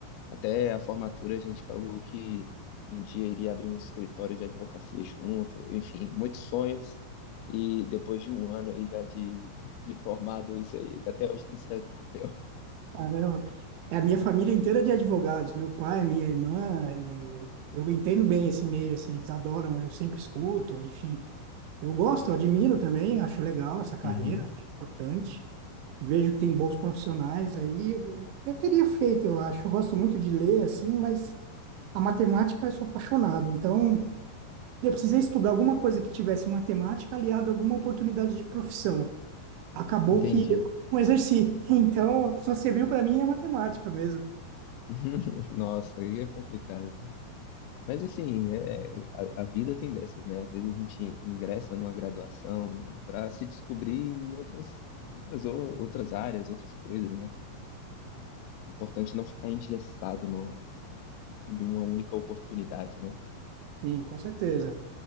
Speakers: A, on the left; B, on the right.
A: Até a formatura a gente falou que um dia iria abrir um escritório de advocacia junto. Enfim, muitos sonhos. E depois de um ano aí já de, de formado, isso aí até hoje não saiu do papel.
B: Caramba. É a minha família inteira é de advogados, meu pai, minha irmã, e eu entendo bem esse meio, assim, eles adoram, eu sempre escuto, enfim. Eu gosto, admiro também, acho legal essa carreira,
A: Uhum.
B: acho importante. Vejo que tem bons profissionais aí. Eu, eu teria feito, eu acho. Eu gosto muito de ler, assim, mas a matemática eu sou apaixonado. Então, eu precisei estudar alguma coisa que tivesse matemática aliada a alguma oportunidade de profissão. Acabou
A: Entendi.
B: que eu não exerci. <laughs> Então, só serviu para mim a matemática mesmo.
A: <laughs> Nossa, aí é complicado. Mas assim, é, a, a vida tem dessas, né? Às vezes a gente ingressa numa graduação para se descobrir em outras, outras, o- outras áreas, outras coisas, né? Importante não ficar engessado no, em uma única oportunidade, né?
B: Sim, com certeza.